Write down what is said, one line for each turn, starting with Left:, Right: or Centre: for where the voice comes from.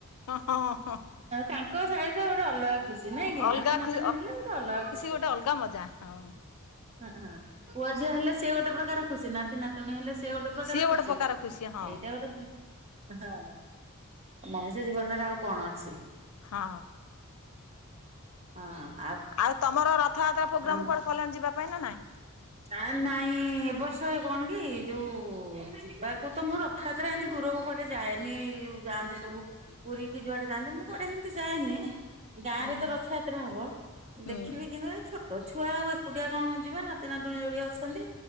Left: ହଁ ହଁ ହଁ
Right: ତାଙ୍କ ସହିତ ଗୋଟେ ଅଲଗା ଖୁସି ନାଇଁ କି
Left: ଅଲଗା
Right: ନାତି ନାତିଣୀ
Left: ଖୁ
Right: ହେଲେ ଗୋଟେ ଅଲଗା ଖୁସି।
Left: ଗୋଟେ ଅଲଗା ମଜା ହଁ
Right: ହଁ ପୁଅ ଝିଅ ହେଲେ ସେ ଗୋଟେ ପ୍ରକାର ଖୁସି ନାତି ନତୁଣୀ ହେଲେ ସେ ଗୋଟେ ପ୍ରକାର
Left: ସିଏ ଗୋଟେ
Right: ଖୁସି।
Left: ପ୍ରକାର ଖୁସି ହଁ
Right: ଏଇଟା ଗୋଟେ ହଁ ମଣିଷ ଜୀବନରେ ଆଉ କଣ ଅଛି।
Left: ହଁ।
Right: ହଁ।
Left: ଆଉ ତମର ରଥଯାତ୍ରା ପ୍ରୋଗ୍ରାମ
Right: ଆମ
Left: କୁଆଡ଼େ କଲଣି ଯିବା ପାଇଁ ନା ନାଇଁ?
Right: ଆ ନାଇଁ ଏ ବର୍ଷ କଣ କି ଯୋଉ ଯିବାକୁ ତ ମୁଁ ରଥଯାତ୍ରା ଏମିତି ଦୂରକୁ କୁଆଡ଼େ ଯାଏନି ଏଇ ଯୋଉ ଯାଆନ୍ତି ସବୁ ପୁରୀ କି ଯୁଆଡ଼େ ଯାଆନ୍ତୁ ମୁଁ କୁଆଡ଼େ ସେ ଏମିତି ଯାଏନି। ଗାଁରେ
Left: ହୁଁ
Right: ତ ରଥଯାତ୍ରା ହବ
Left: ହୁଁ
Right: ଦେଖିବି କିନ୍ତୁ ଏ ଛୋଟ ଛୁଆ ଆଉ ଏକୁଟିଆ କଣ ଯିବି ନାତି ନାତୁଣୀ ଯୋଡିଏ ଅଛନ୍ତି